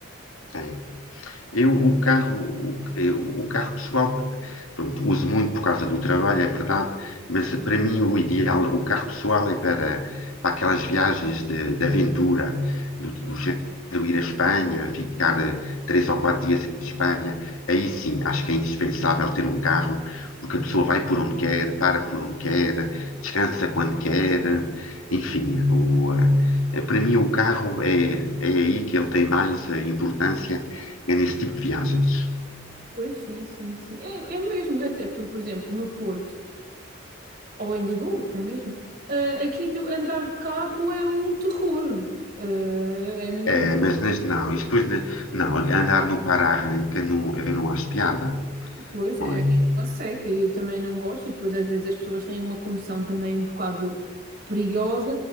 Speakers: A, on the left; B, on the right.
A: É. Eu, o carro, eu, o carro pessoal, pronto, uso muito por causa do trabalho, é verdade, mas para mim o ideal, o carro pessoal é para, para aquelas viagens de, de aventura, do, do género ir à Espanha, ficar eh, três ou quatro dias em Espanha. Aí sim, acho que é indispensável ter um carro, porque a pessoa vai por onde quer, para por onde quer, descansa quando quer, enfim, o, eh, para mim o carro é, é aí que ele tem mais eh, importância é nesse tipo de viagens.
B: Pois sim, sim, sim. É, é mesmo, até por, por exemplo, no Porto ou em Lisboa, até mesmo. ah, aquilo andar de carro é um terror. Ah, é mil.
A: É, mas nas- não, e depois na- não, andar no para-arranca não, eu não acho piada,
B: Pois
A: não
B: é,
A: é?
B: é uma seca. Eu também não gosto, e depois às vezes as pessoas têm uma condução também um bocado perigosa.